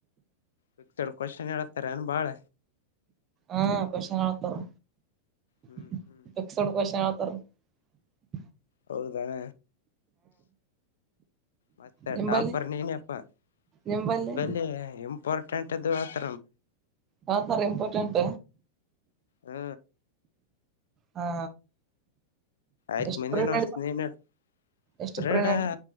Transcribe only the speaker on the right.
ಹೂ ಪ್ರಶ್ನೆ ಹೇಳುತ್ತಾರೆ
<inaudible>
ಪಿಕ್ಸ್ ಪ್ರಶ್ನೆ ಹೇಳುತ್ತಾರೆ ತರಬೇತಿ
ನಿಂಬಲ್ಲಿ
ನಿಂಬಲ್ಲಿ
ಹಾತರ ಇಂಪಾರ್ಟೆಂಟ್
ಹಾ
ಎಷ್ಟು
ಪ್ರೇಡ್
ನಡ
ಎಷ್ಟು
ಪ್ರೇಡ್ ನಡ